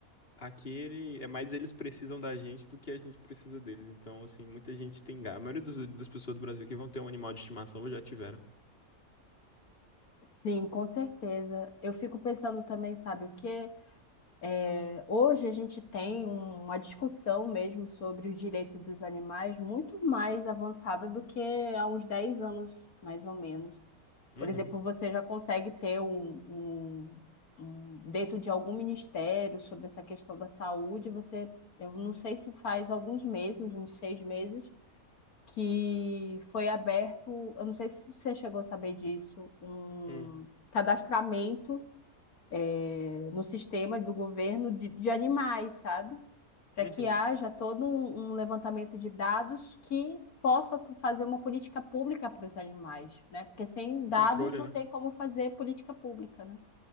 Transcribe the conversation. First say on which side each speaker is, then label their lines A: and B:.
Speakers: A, on the left (about 40°); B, on the left (about 80°).
A: Aqui ele, é mais eles precisam da gente do que a gente precisa deles. Então, assim, muita gente tem gato. A maioria dos- das pessoas do Brasil que vão ter um animal de estimação ou já tiveram.
B: Sim, com certeza. Eu fico pensando também, sabe o quê? É, hoje a gente tem um- uma discussão mesmo sobre o direito dos animais muito mais avançada do que há uns 10 anos, mais ou menos.
A: Uhum,
B: Por exemplo, você já consegue ter um, um- um- dentro de algum ministério sobre essa questão da saúde, você, eu não sei se faz alguns meses, uns seis meses, que foi aberto, eu não sei se você chegou a saber disso, um
A: uhum,
B: cadastramento é, no sistema do governo de, de animais, sabe? Para
A: uhum.
B: que haja todo um, um levantamento de dados que possa t- fazer uma política pública para os animais, né? Porque sem
A: Um
B: dados
A: controle,
B: não
A: né?
B: tem como fazer política pública, né?